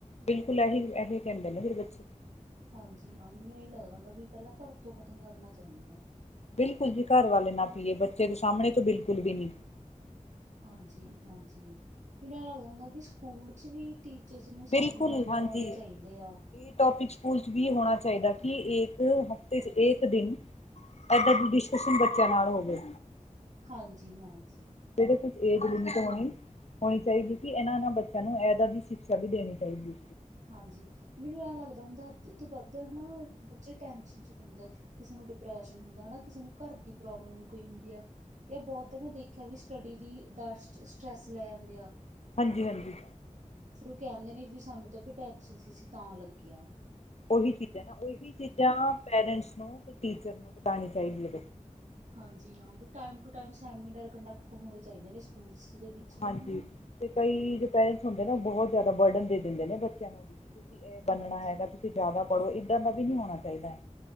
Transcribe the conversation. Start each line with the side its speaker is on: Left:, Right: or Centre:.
Left: ਬਿਲਕੁਲ ਇਹੀ-ਇਹੀ ਕਹਿੰਦੇ ਨੇ ਫਿਰ ਬੱਚੇ।
Right: ਹਾਂਜੀ ਹਾਂ। ਮੈਨੂੰ ਇਹੀ ਲੱਗਦਾ ਹੁੰਦਾ ਵੀ ਪਹਿਲਾਂ ਘਰ ਤੋਂ ਖ਼ਤਮ ਕਰਨਾ ਚਾਹੀਦਾ।
Left: ਬਿਲਕੁਲ ਜੀ ਘਰ ਵਾਲੇ ਨਾ ਪੀਏ। ਬੱਚੇ ਦੇ ਸਾਹਮਣੇ ਤਾਂ ਬਿਲਕੁਲ ਵੀ ਨਹੀ।
Right: ਹਾਂਜੀ-ਹਾਂਜੀ। ਮੈਨੂੰ ਐਹ ਲੱਗਦਾ ਹੁੰਦਾ ਵੀ ਸਕੂਲ ਚ ਵੀ ਟੀਚਰਸ ਨੂੰ ਸੈਮੀਨਰ
Left: ਬਿਲਕੁਲ
Right: ਲਗਾਉਣੇ
Left: ਹਾਂਜੀ
Right: ਚਾਹੀਦੇ ਆ।
Left: ਇਹ ਟੋਪਿਕ ਸਕੂਲ ਚ ਵੀ ਹੋਣਾ ਚਾਹੀਦਾ ਕਿ ਇੱਕ ਹਫ਼ਤੇ ਚ ਇੱਕ ਦਿਨ ਇਦਾਂ ਦੀ ਡਿਸਕਸ਼ਨ ਬੱਚਿਆਂ ਨਾਲ ਹੋਵੇ।
Right: ਹਾਂਜੀ-ਹਾਂਜੀ।
Left: ਜਿਹੜੇ ਕੁਛ ਏਜ ਲਮਿਟ ਹੋਣੀ। ਹੋਣੀ ਚਾਹੀਦੀ ਕਿ ਇਹਨਾਂ-ਇਹਨਾਂ ਬੱਚਿਆਂ ਨੂੰ ਇਦਾਂ ਦੀ ਛਿਕਸ਼ਾ ਵੀ ਦੇਣੀ ਚਾਹੀਦੀ।
Right: ਹਾਂਜੀ, ਮੈਨੂੰ ਐਂ ਲੱਗਦਾ ਹੁੰਦਾ ਅੱਧੇ ਤੋਂ ਵੱਧ ਹਨਾ ਬੱਚੇ ਟੈਸ਼ਨ ਚ ਪੈਦੇ। ਕਿਸੇ ਨੂੰ ਡਿਪ੍ਰੈਸ਼ਨ ਹੁੰਦਾ ਹਨਾ। ਕਿਸੇ ਨੂੰ ਘਰ ਦੀ ਪ੍ਰੋਬਲਮ ਕੋਈ ਹੁੰਦੀ ਆ। ਜਾਂ ਬਹੁਤ ਮੈਂ ਦੇਖਿਆ ਵੀ ਸਟੱਡੀ ਦੀ ਦਰ ਸਟ ਸਟਰੈਸ ਲੈ ਜਾਂਦੇ ਆ।
Left: ਹਾਂਜੀ-ਹਾਂਜੀ।
Right: ਫਿਰ ਉਹ ਕਹਿੰਦੇ ਨੇ ਵੀ ਸਾਨੂੰ ਤਾਂ ਵੀ ਟੈਸ਼ਨ ਸੀ ਤਾਂ ਲੱਗੀਆਂ।
Left: ਉਹੀ ਚੀਜ਼ਾਂ ਨਾ ਉਹੀ ਚੀਜ਼ਾਂ ਪੇਰੈਂਟਸ ਨੂੰ ਤੇ ਟੀਚਰ ਨੂੰ ਬਤਾਣੀ ਚਾਹੀਦੀ ਏ।
Right: ਹਾਂਜੀ ਹਾਂ, ਵੀ time to time seminar conduct ਹੋਣੇ ਚਾਹੀਦੇ ਨੇ ਸਕੂਲਸ ਦੇ ਵਿੱਚ ਵੀ
Left: ਹਾਂਜੀ
Right: ਹਨਾ।
Left: ਤੇ ਕਈ ਜੋ ਪੇਰੈਂਟਸ ਹੁੰਦੇ ਨੇ, ਉਹ ਬਹੁਤ ਜ਼ਿਆਦਾ ਬਰਡਨ ਦੇ ਦਿੰਦੇ ਨੇ ਬੱਚਿਆਂ ਨੂੰ ਵੀ ਕਿ ਤੁਸੀ ਇਹ ਬਣਨਾ
Right: ਹਾਂਜੀ।
Left: ਹੈਗਾ ਤੁਸੀ ਜ਼ਿਆਦਾ ਪੜ੍ਹੋ ਇੱਧਰ ਦਾ ਵੀ ਨਹੀਂ ਹੋਣਾ ਚਾਹੀਦਾ।